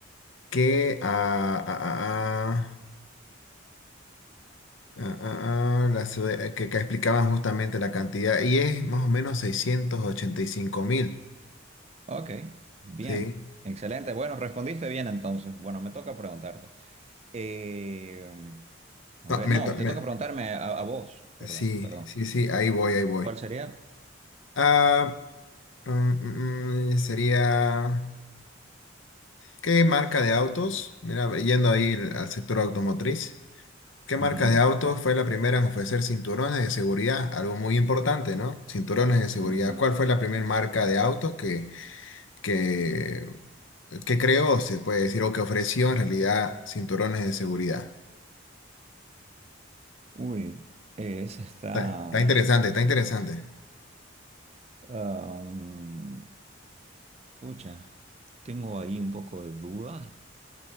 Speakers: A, on the left (about 70°); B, on the right (about 30°).
A: que, ah, ah, ah, ah, ah, ah, ah, la ciudad- eh, que, que explicaban justamente la cantidad, y es más o menos seiscientos ochenta y cinco mil,
B: ok. Bien.
A: ¿sí?
B: Excelente. Bueno, respondiste bien entonces. Bueno, me toca preguntarte. Eh, a
A: No,
B: ver,
A: me
B: no,
A: to- me-
B: te toca preguntarme a, a vos. Perdón,
A: sí,
B: perdón.
A: sí, sí, ahí voy, ahí voy.
B: ¿Cuál sería?
A: Ah, mm, mm, mm, sería, ¿qué marca de autos? Mira, yendo ahí al al sector automotriz. ¿Qué
B: Ujú,
A: marca de autos fue la primera en ofrecer cinturones de seguridad? Algo muy importante, ¿no? Cinturones de seguridad.
B: ujú.
A: ¿Cuál fue la primera marca de autos que que, que creó, se puede decir, o que ofreció en realidad cinturones de seguridad.
B: Uy, eh, esa está.
A: Está, está interesante, está interesante.
B: Am, pucha, tengo ahí un poco de dudas,